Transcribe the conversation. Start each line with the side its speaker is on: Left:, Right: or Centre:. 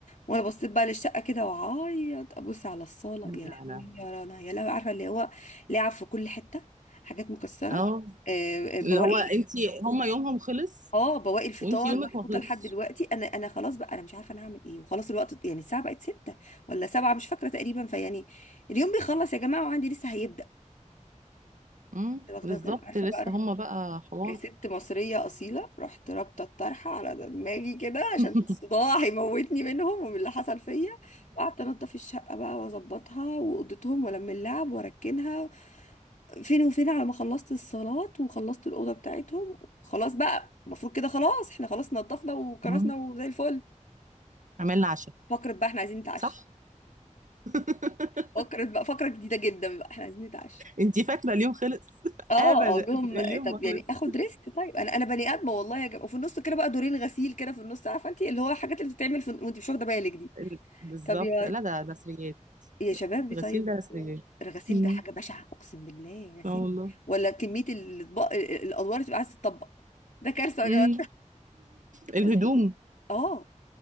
Left: وانا بصيت بقى للشقه كده وعيط ابص على الصاله يا
Right: يا
Left: لهوي
Right: لهوي
Left: يا رنا يا لهوي عارفه اللي هو لعب في كل حته حاجات مكسره
Right: اه
Left: آه، آه، بواقي
Right: اللي هو انت هم يومهم خلص
Left: اه بواقي الفطار
Right: وانت يومك
Left: محطوطه
Right: ما خلصش
Left: لحد دلوقتي انا انا خلاص بقى انا مش عارفه انا هعمل ايه وخلاص الوقت يعني الساعه بقت 6 ولا 7 مش فاكره تقريبا فيعني اليوم بيخلص يا جماعه وعندي لسه هيبدا
Right: امم
Left: كنت واخده
Right: بالظبط
Left: بالي. عارفه
Right: لسه
Left: بقى رحت
Right: هم بقى حوار
Left: كست مصرية أصيلة رحت رابطة الطرحة على دماغي كده عشان
Right: <laughs>
Left: الصداع هيموتني منهم ومن اللي حصل فيا قعدت أنضف الشقة بقى وأظبطها وأوضتهم وألم اللعب وأركنها فين وفين على ما خلصت الصلاة وخلصت الأوضة بتاعتهم خلاص بقى المفروض كده خلاص احنا خلاص نضفنا وكرسنا
Right: مم.
Left: وزي الفل
Right: عملنا عشاء
Left: فكرة بقى احنا عايزين نتعشى
Right: صح <laughs>
Left: فكرة بقى فكرة جديدة جدا بقى احنا عايزين نتعشى
Right: انت فاكره اليوم خلص <laughs>
Left: اه
Right: ابدا
Left: اقول لهم
Right: اليوم
Left: طب
Right: ما
Left: يعني
Right: خلص
Left: اخد ريسك طيب انا انا بني ادمه والله يا جماعه وفي النص كده بقى دورين غسيل كده في النص عارفه انت اللي هو الحاجات اللي بتتعمل في... وانت مش واخده بالك دي
Right: ال- بالظبط
Left: طب يا
Right: لا ده نسريات
Left: يا شباب
Right: غسيل
Left: طيب
Right: ده نسريات
Left: الغسيل
Right: امم
Left: ده حاجه بشعه اقسم بالله غسيل
Right: اه والله
Left: ولا كميه الاطباق الادوار اللي بتبقى عايزه تطبق ده كارثه يا
Right: امم
Left: جماعه
Right: <laughs> الهدوم
Left: قلت له، اه